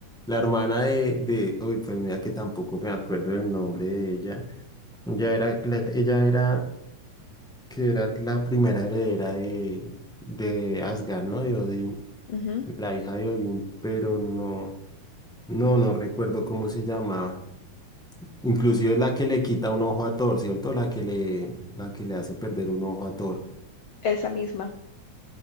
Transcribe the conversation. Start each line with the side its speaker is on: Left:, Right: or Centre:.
Centre: La hermana de, de. Uy, pues mira que tampoco me acuerdo del nombre de ella. Ella era, la- ella era, que era la primera heredera de, de Asgard, ¿no? De Odín.
Left: Ujú,
Centre: La hija de Odín, pero no. No, no recuerdo cómo se llamaba. Inclusive es la que le quita un ojo a Thor, ¿cierto? La que le, la que le hace perder un ojo a Thor.
Left: Esa misma.